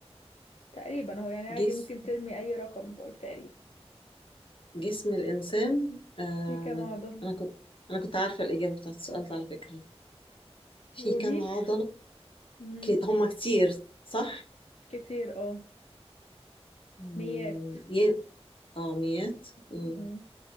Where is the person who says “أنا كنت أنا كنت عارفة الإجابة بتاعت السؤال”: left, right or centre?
Left